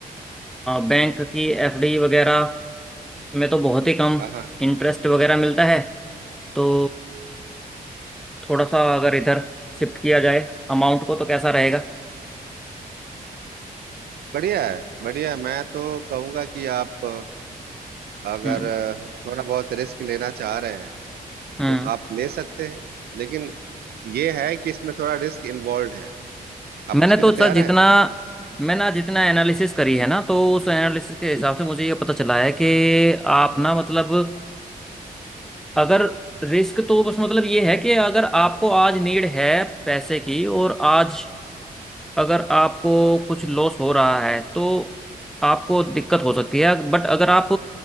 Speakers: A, in the centre; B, on the right.
A: बैंक की एफडी वगैरह में तो बहुत ही कम
B: हाँ हाँ
A: इंटरेस्ट वगैरह मिलता है तो थोड़ा सा अगर इधर शिफ्ट किया जाए अमाउंट को तो कैसा रहेगा
B: बढ़िया है बढ़िया है। मैं तो कहूँगा कि आप अ, अगर
A: हम्म
B: अ, थोड़ा बहुत रिस्क लेना चाह रहे हैं
A: हम्म
B: तो आप ले सकते हैं लेकिन ये है कि इसमें थोड़ा रिस्क इन्वॉल्व है आप
A: मैंने
B: उसके
A: तो
B: लिए तैयार
A: सर जितना
B: हैं
A: मैंने जितना एनालिसिस करी है ना तो उस एनालिसिस के हिसाब से मुझे ये पता चला है कि आप ना मतलब अगर रिस्क तो बस मतलब ये है कि अगर आपको आज नीड है पैसे की और आज अगर आपको कुछ लॉस हो रहा है तो आपको दिक्कत हो सकती है बट अगर आप